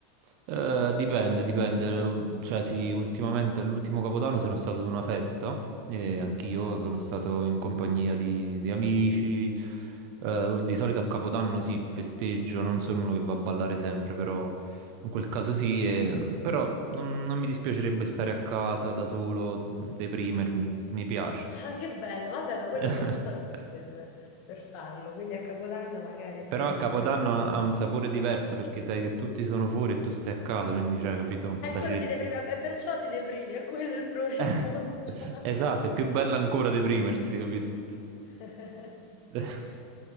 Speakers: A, on the right; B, on the left.
A: Eh, dipende, dipende. Cioè, sì, ultimamente, l'ultimo Capodanno sono stato ad una festa e anch'io
B: Ah,
A: sono stato in compagnia di, di amici. Eh, di solito a Capodanno sì, festeggio, non sono uno che va a ballare sempre, però in quel caso sì. e- Però non, non mi dispiacerebbe stare a casa da solo, deprimermi, mi piace.
B: ah, che bello! Vabbè, ma quello
A: <laughs>
B: c'è tutto l'anno per, per farlo, quindi a Capodanno magari essendo
A: Però a Capodanno
B: un'occasione...
A: ha un sapore diverso perché sai che tutti sono fuori e tu stai a casa, quindi, cioè, capito?
B: E
A: La
B: quello ti deprime, e perciò ti deprimi, è quello il, pro-
A: <laughs>
B: il
A: Eh,
B: punto. <laughs>
A: Esatto, è più bella ancora deprimersi, capito?
B: <laughs>
A: Eh,